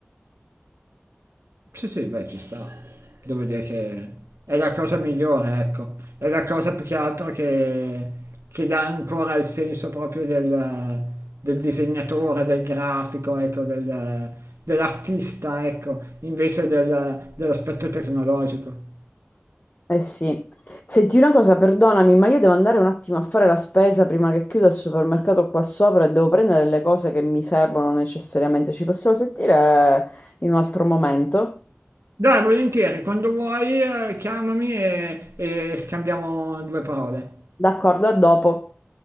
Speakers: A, on the right; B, on the left.
A: Sì, sì, beh, ci sta. Devo dire che è la cosa migliore, ecco. È la cosa più che altro che, che dà ancora il senso proprio del, del disegnatore, del grafico, ecco, del- dell'artista, ecco, invece del- dell'aspetto tecnologico.
B: Eh sì, senti una cosa, perdonami, ma io devo andare un attimo a fare la spesa prima che chiuda il supermercato qua sopra e devo prendere le cose che mi servono necessariamente. Ci possiamo sentire in un altro momento?
A: Dai, volentieri, quando vuoi, eh, chiamami e e scambiamo due parole.
B: D'accordo, a dopo.